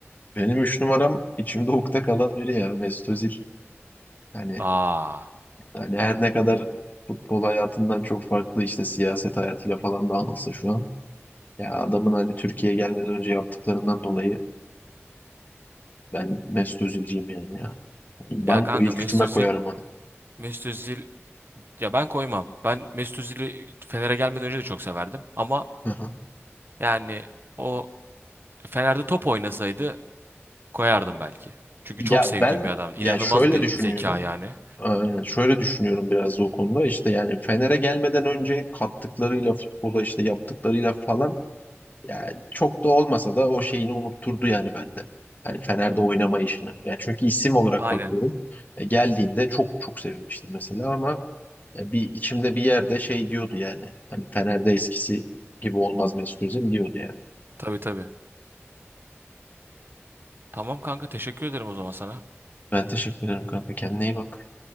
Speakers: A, on the left; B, on the right.
A: Benim üç numaram içimde ukde kalan biri ya Mesut Özil. Hani,
B: Aa.
A: hani her ne kadar futbol hayatından çok farklı işte siyaset hayatıyla falan da anılsa şu an. Ya adamın hani Türkiye'ye gelmeden önce yaptıklarından dolayı ben Mesut Özil'ciyim yani. Banko
B: Ya kanka
A: ilk
B: Mesut
A: üçüme
B: Özil
A: koyarım onu.
B: Mesut Özil ya ben koymam. Ben Mesut Özil'i Fener'e gelmeden önce de çok severdim. Ama
A: Aha.
B: yani o Fener'de top oynasaydı koyardım belki. Çünkü
A: Ya
B: çok sevdiğim
A: ben
B: bir adam. İnanılmaz
A: ya şöyle
B: bir
A: düşünüyorum.
B: zeka yani.
A: Ee, şöyle düşünüyorum biraz da o konuda. İşte yani Fener'e gelmeden önce kattıklarıyla futbola işte yaptıklarıyla falan yani çok da olmasa da o şeyini unutturdu yani bende. Hani Fener'de oynama işini. Yani çünkü isim olarak
B: Aynen.
A: bakıyorum. E, geldiğinde çok çok sevinmiştim mesela ama e, bir içimde bir yerde şey diyordu yani. Hani Fener'de eskisi gibi olmaz Mesut Özil diyordu yani.
B: Tabii tabii. Tamam kanka teşekkür ederim o zaman sana.
A: Ben teşekkür ederim kanka. Kendine iyi bak.